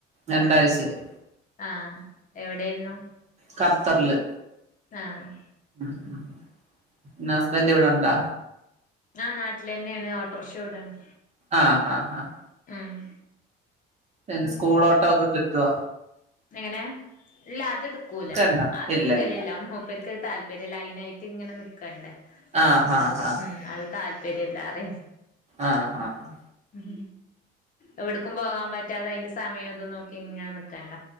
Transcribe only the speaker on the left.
ആഹ് ആഹ് ആഹ് എവിടെയിരുന്നു
ആഹ്
ആഹ് നാട്ടിലെന്നെയാണ് ഓട്ടർഷ ഓടാണ്
ആഹ്
എങ്ങനെ ഇല്ല അത്ട്ക്കൂല
അതെടുക്കലില്ല
അത് മുപ്പര്ക്ക് താല്പര്യല്ല അയിനായിട്ട് ഇങ്ങനെ നിക്കണ്ടേ
അപ്പൊ
ഉം അത് താല്പര്യല്ലാറയും
ഉം എവിടക്കും പോവാൻ പറ്റാതെ അതിന്റെ സമയം ഇതും നോക്കി ഇങ്ങന നിക്കണ്ട